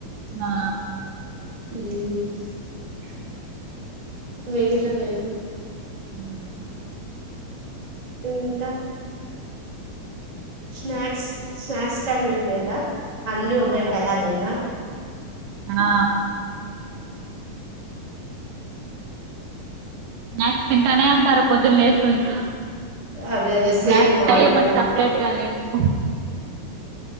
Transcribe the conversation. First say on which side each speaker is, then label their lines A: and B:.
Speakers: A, on the right; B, on the right.
A: నా
B: ఈ మీదిల నేను
A: ఆ
B: ఇంకా స్నాక్స్ స్నాక్స్ టైమ్ ఏం లేదా అన్ని ఓకె
A: ఆ
B: టయయాలనా
A: ఆ నాక్ తింటానే ఉంటారు పొద్దు లేసు నుంచి
B: అదే అదే సేమ్
A: నాకు
B: మా
A: టైం
B: ఇంట్లో
A: అంటూ
B: కూడా
A: సప్రేట్వాలదు ఆ